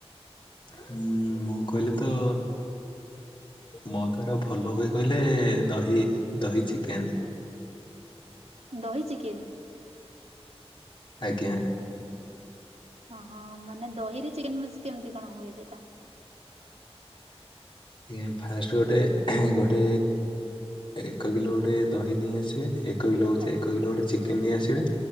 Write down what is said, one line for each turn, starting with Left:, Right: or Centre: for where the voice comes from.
Left: ହୁଁ ମୁଁ କହିଲି ତ ମୋ ଦ୍ଵାରା ଭଲ ହୁଏ କହିଲେ ଦହି ଦହି ଚିକେନ।
Right: ଦହି ଚିକେନ୍।
Left: ଆଜ୍ଞା।
Right: ଓହୋ ମାନେ ଦହିରେ ଚିକେନ ମିଶି କେମିତି କଣ ହୁଏ ସେଟା?
Left: ଆଜ୍ଞା ଫାଷ୍ଟ ଗୋଟେ ଗୋଟେ ଏକ କିଲୋ ଗୋଟେ ଦହି ନେଇଆସିବେ। ଏକ କିଲୋ ହେଉଛି
Right: ଆଜ୍ଞା
Left: ଏକ କିଲୋ ଗୋଟେ ଚିକେନ ନେଇ ଆସିବେ